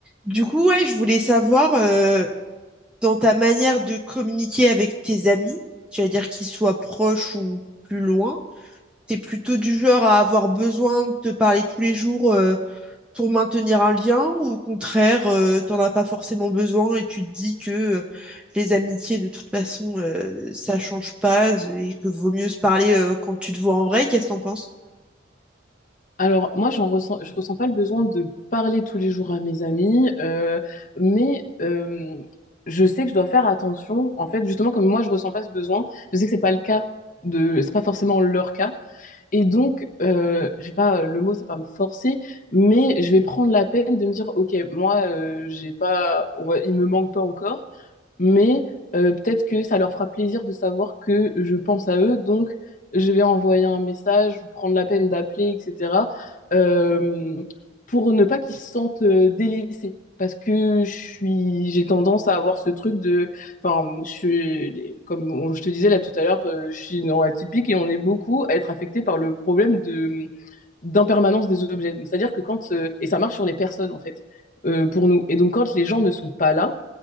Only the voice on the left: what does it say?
Alors, moi, j'en ressens, je ressens pas le besoin de parler tous les jours à mes amis, euh, mais euh, je sais que je dois faire attention. En fait, justement, comme moi, je ressens pas ce besoin, je sais que c'est pas le cas de, c'est pas forcément leur cas. Et donc, euh, j'ai pas euh, le mot, c'est pas me forcer, mais je vais prendre la peine de me dire, ok, moi, euh, j'ai pas, on va, il me manque pas encore mais euh, peut-être que ça leur fera plaisir de savoir que je pense à eux, donc je vais envoyer un message, prendre la peine d'appeler, etc., euh, pour ne pas qu'ils se sentent euh, délaissés. Parce que je suis, j'ai tendance à avoir ce truc de, enfin, je suis, comme on- je te disais là tout à l'heure, euh, je suis neuroatypique et on est beaucoup à être affecté par le problème de d'impermanence des objets. Donc, c'est-à-dire que quand, euh, et ça marche sur les personnes en fait, euh, pour nous. Et donc quand les gens ne sont pas là,